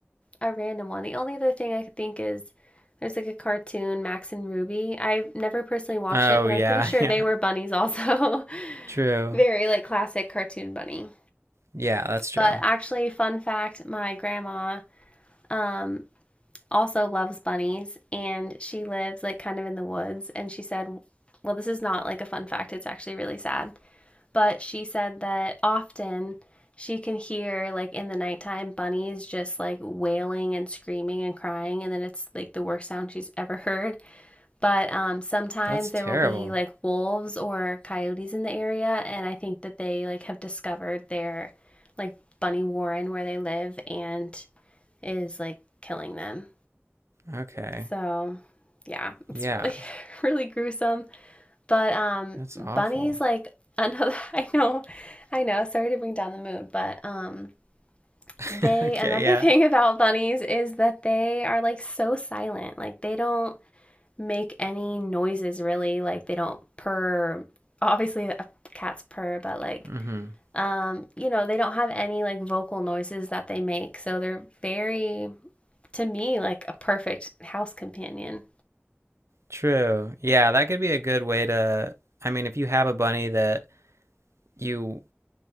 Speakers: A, on the left; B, on the right.
A: a random one. The only other thing I could think is there's like a cartoon, Max and Ruby. I've never personally watched
B: Oh
A: it, but
B: yeah,
A: I'm pretty sure
B: yeah.
A: they were bunnies also. <laughs>
B: True.
A: Very like classic cartoon bunny.
B: Yeah, that's true.
A: But actually, fun fact, my grandma um also loves bunnies and she lives like kind of in the woods and she said, well, this is not like a fun fact, it's actually really sad. But she said that often she can hear, like, in the nighttime, bunnies just like wailing and screaming and crying, and then it's like the worst sound she's ever <laughs> heard. But um, sometimes
B: That's terrible.
A: there will be like wolves or coyotes in the area, and I think that they like have discovered their like bunny warren where they live and is like killing them.
B: Okay.
A: So yeah, it's
B: Yeah.
A: really, <laughs> really gruesome. But um
B: That's awful.
A: bunnies like <laughs> another I know I know, sorry to bring down the mood, but um
B: <laughs>
A: they
B: Okay,
A: another
B: yeah.
A: <laughs> thing about bunnies is that they are like so silent. Like they don't make any noises really. Like they don't purr. Obviously cat's purr, but like
B: hmm
A: um you know, they don't have any like vocal noises that they make. So they're very to me like a perfect house companion.
B: True. Yeah, that could be a good way to. I mean, if you have a bunny that you,